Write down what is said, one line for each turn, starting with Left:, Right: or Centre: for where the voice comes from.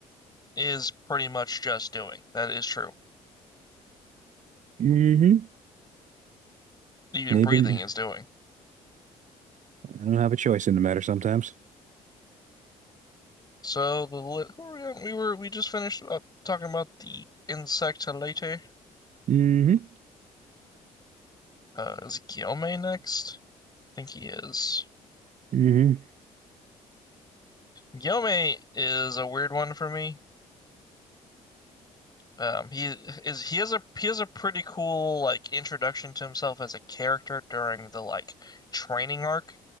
Left: is pretty much just doing. That is true.
Right: Mm-hmm.
Left: Even
Right: Living.
Left: breathing is doing.
Right: I don't have a choice in the matter sometimes.
Left: So the li who were we on? We were we just finished up talking about the insect later.
Right: Mm-hmm.
Left: Uh is Guillaume next? I think he is.
Right: Mm-hmm.
Left: Guillaume is a weird one for me Um, he is he has a he has a pretty cool like introduction to himself as a character during the like training arc